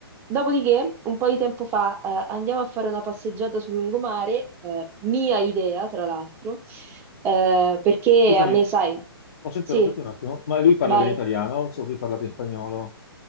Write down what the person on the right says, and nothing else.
dopodiché, un po' di tempo fa, eh, andiamo a fare una passeggiata sul lungomare, eh, mia idea, tra l'altro, eh, perché
a me, sai,
sì,
vai.